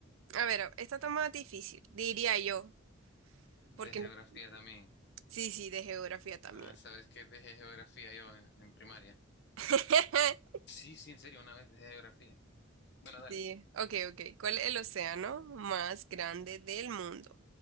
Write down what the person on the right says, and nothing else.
A ver, esta está más difícil, diría yo,
porque
no-
sí, sí, de geografía también.
<laughs>
Sí. Ok, ok. ¿Cuál es el océano más grande del mundo?